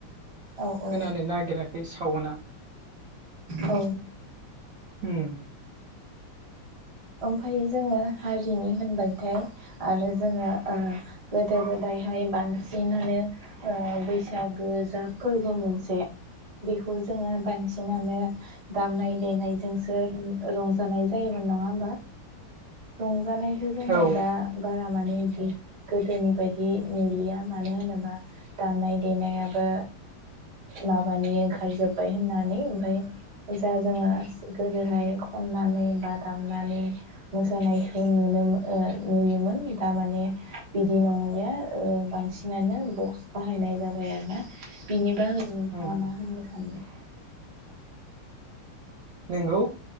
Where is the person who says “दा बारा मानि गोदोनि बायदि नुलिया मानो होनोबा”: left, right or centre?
Right